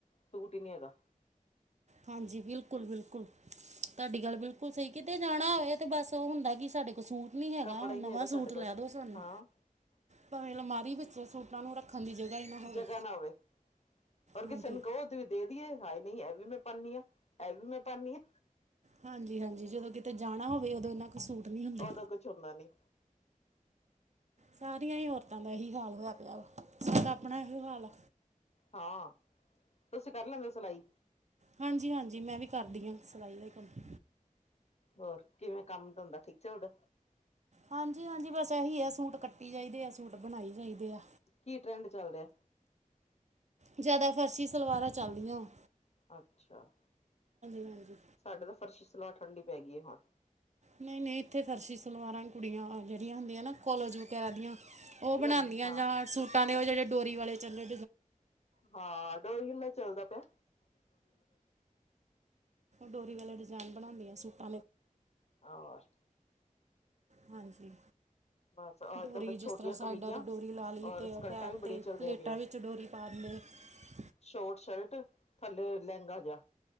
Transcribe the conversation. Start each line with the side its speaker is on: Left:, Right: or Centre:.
Left: ਸੂਟ ਹੀ ਨਹੀਂ ਹੇਗਾ।
Right: ਹਾਂਜੀ, ਬਿਲਕੁਲ ਬਿਲਕੁਲ। ਤੁਹਾਡੀ ਗੱਲ ਬਿਲਕੁਲ ਸਹੀ ਕਿਤੇ ਜਾਣਾ ਹੋਯੇ ਤੇ ਬਸ ਔ ਹੁੰਦਾ ਕਿ ਸਾਡੇ ਕੋਲ ਸੁਟ ਨਹੀਂ ਹੈਗਾ।
Left: ਕੱਪੜਾ ਹੀ
Right: ਨਵਾਂ
Left: ਨੀ
Right: ਸੂਟ
Left: ਸਾਡੇ ਕੋਲ
Right: ਲੈ ਦੋ ਸਾਨੂ।
Left: ਹਾਂ
Right: ਪਾਵੇਂ ਅਲਮਾਰੀ ਵਿੱਚ ਸੂਟਾਂ ਨੂੰ ਰੱਖਣ ਦੀ ਜਗ੍ਹਾ ਹੀ ਨਾ ਹੋਵੇ।
Left: ਜਗ੍ਹਾ ਨਾ ਹੋਵੇ ਔਰ
Right: ਹਾਂਜੀ
Left: ਕਿਸੇ ਨੁ ਕਹੋ <unintelligible> ਦੇ ਦੀਏ। ਹਾਏ ਨੀ, ਏ ਵੀ ਮੈਂ ਪਾਣੀ ਆਂ, ਏ ਵੀ ਮੈਂ ਪਾਣੀ ਆਂ।
Right: ਹਾਂਜੀ ਹਾਂਜੀ, ਜਦੋਂ ਕਿਤੇ ਜਾਣਾ ਹੋਵੇ ਔਦੋਂ ਇਹਨਾਂ ਸੂਟ ਨਹੀਂ ਹੁੰਦੇ
Left: ਉਦੋਂ ਕੁਛ ਹੁੰਦਾ ਨੀ
Right: ਸਾਰੀਆਂ ਹੀ ਔਰਤਾਂ ਦਾ ਏਹੀ ਹਾਲ ਹੋਇਆ ਪਿਆ। ਮੇਰਾ ਅਪਣਾ ਅਹਿਯੋ ਹਾਲ ਆ।
Left: ਹਾਂ, ਤੁਸੀਂ ਕਰ ਲੈਂਦੇ ਹੋ ਸਲਾਈ?
Right: ਹਾਂਜੀ ਹਾਂਜੀ, ਮੈਂ ਵੀ ਕਰਦੀ ਆਂ ਸਲਾਈ ਦਾ ਹੀ ਕੰਮ।
Left: ਹੋਰ ਕਿਵੇਂ ਕੰਮ ਤੰਦਾਂ ਠੀਕ ਚਲਦਾ।
Right: ਹਾਂਜੀ ਹਾਂਜੀ, ਬਸ ਏਹੀ ਹੈ ਸੂਟ ਕੱਟੀ ਜਾਈਦੇ ਆ ਸੂਟ ਬਣਾਈ ਜਾਈਦੇ ਆ।
Left: ਕੀ ਟਰੈਂਡ ਚੱਲ ਰਿਹਾ?
Right: ਜਿਆਦਾ ਫਰਸੀ ਸਲਵਾਰਾਂ ਚੱਲਦੀਆਂ ਵਾਂ।
Left: ਅੱਛਾ,
Right: ਹਾਂਜੀ
Left: ਸਾਡੇ ਤਾਂ ਫਰਸ਼ੀ ਸਲਵਾਰ ਠੰਡੀ ਪੈ ਗਈ ਹੁਣ।
Right: ਨਹੀਂ ਨਹੀਂ ਇੱਥੇ ਖਰਸੀ ਸਲਵਾਰਾਂ ਕੁੜੀਆਂ ਜਿਹੜੀਆਂ ਹੁੰਦੀਆਂ ਨਾ ਕਾਲਜ ਉਹ ਬਣਾਉਂਦੀਆਂ
Left: ਲੰਬੇ ਹਾਂ
Right: ਯਾਰ ਸੂਟਾਂ ਨੇ ਉਹ ਜਿਹੜੇ ਡੋਰੀ ਵਾਲੇ ਚੱਲੇ
Left: ਹਾਂ ਡੋਰ ਮੈਂ ਚਲਦਾ ਪਿਆ
Right: ਢੋਰੀ ਵਾਲਾ ਡਿਜ਼ਾਇਨ ਬਣਾਉਂਦੇ ਆ ਸੂਟ
Left: ਆਰ
Right: ਹਾਂਜੀ।
Left: ਬਸ ਅੱਜ
Right: ਡੋਰੀ
Left: ਕੱਲ ਤਾਂ
Right: ਜਿਸ
Left: ਛੋਟੀਆਂ
Right: ਤਰ੍ਹਾਂ ਸਾਇਡਾ
Left: ਕਮੀਜ਼ਾਂ
Right: ਤੇ ਡੋਰੀ ਲਾ ਲੀ
Left: ਔਰ
Right: ਤੇ
Left: ਸਕਲਟਾਂ
Right: ਬੈਕ
Left: ਵੀ ਬੜੀਆਂ
Right: ਤੇ
Left: ਚੱਲਦੀਆਂ
Right: ਪਲੇਟਾਂ
Left: ਪਈਆਂ
Right: ਵਿੱਚ ਡੋਰੀ ਪਾਤੀ। <unintelligible>
Left: ਸ਼ੋਰਟ ਸ਼ਰਟ ਥੱਲੇ ਲਹਿੰਗਾ ਜਿਹਾ